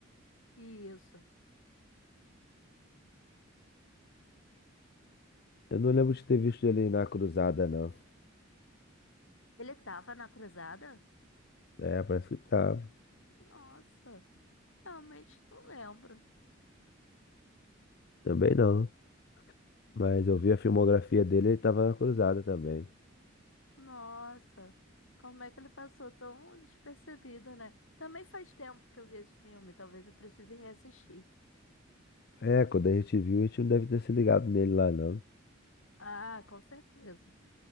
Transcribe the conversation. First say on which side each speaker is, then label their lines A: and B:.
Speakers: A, on the left; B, on the left.
A: Isso.
B: Eu não lembro de ter visto ele na Cruzada, não.
A: Ele tava na cruzada?
B: É, parece que tava.
A: Nossa, realmente não lembro.
B: Também não. Mas eu vi a filmografia dele, ele tava na Cruzada também.
A: Nossa, como é que ele passou tão despercebido, né? Também faz tempo que eu vi esse filme, talvez eu precise reassistir.
B: É, quando a gente viu, a gente não deve ter se ligado nele lá, não.
A: Ah, com certeza.